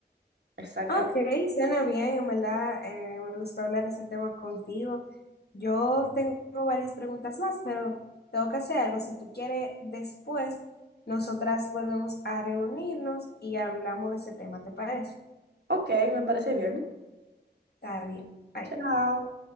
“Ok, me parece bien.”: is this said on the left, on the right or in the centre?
Right